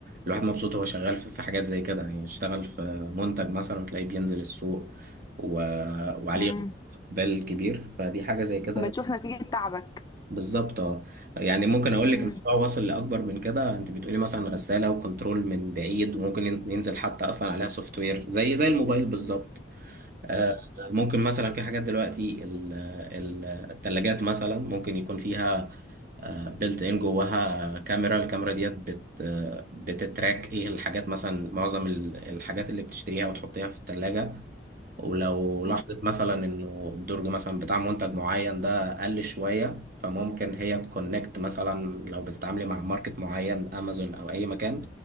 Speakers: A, on the right; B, on the left.
A: الواحد مبسوط هو شغال في في حاجات زي كده يعني اشتغل في منتج مثلا وتلاقيه بينزل السوق و... وعليه
B: امم
A: اقبال كبير فدي حاجه زي كده
B: بتشوف نتيجة تعبك
A: بالظبط اه يعني ممكن اقول لك
B: امم
A: الموضوع وصل لاكبر من كده انت بتقولي مثلا غساله وكنترول من بعيد وممكن ين- ينزل حتى اصلا عليها سوفت وير زي زي الموبايل بالظبط آه، ممكن مثلا في حاجات دلوقتي ال- ال- التلاجات مثلا ممكن يكون فيها بلت ان جواها كاميرا الكاميرا ديت بت آه، بتتراك ايه الحاجات مثلا معظم ال- الحاجات اللي بتشتريها وتحطيها في التلاجة ولو
B: امم
A: لاحظت مثلا انه الدرج مثلا بتاع منتج معين ده قل شوية فممكن هي تكونكت مثلا لو بتتعاملي مع ماركت معين امازون او اي مكان